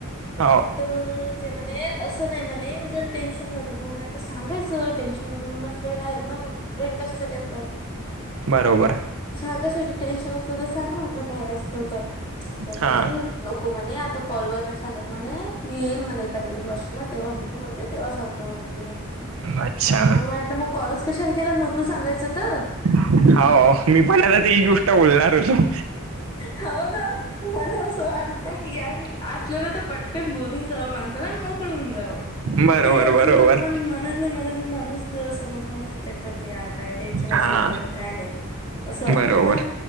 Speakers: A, on the right; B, on the left.
A: हो
B: तर मग ते म्हणे असं नाही म्हणे मी जर टेन्शन मध्ये होत मग म्हटलं सांगायचं टेन्शन त्याच्यामध्ये मला फ्रेंड आहेत ना मग फ्रेंड कशासाठी असतात
A: बरोबर.
B: सांगासाठी टेन्शन असतं तर सांग म्हटलं काय असत तर तर म्हणे
A: हा
B: नको म्हणे आता कॉलवर नाही सांगत म्हणे मी येईल म्हणे एखाद्या वळेस व वाशिमला तेव्हा भेटून म्हणते तेव्हा सांगत तुला
A: अच्छा
B: म्हटलं मग कॉलच कशाला केला नव्हतू सांगायचं तर
A: हो मी पण आता ते ह गोष्ट बोलणार होतो
B: हो ना मला असं वाटतं की यार असलेला तर पटकन बोलून जावं माणसाला मोकळून जावं
A: बरोबर
B: ते अजून
A: बरोबर
B: आपण म्ह आपल्या मनात माणूस समज माणूस विचार करत यार काय टेन्शन असेल
A: हा
B: त्याला काय नाही असं वाटते
A: बरोबर
B: ना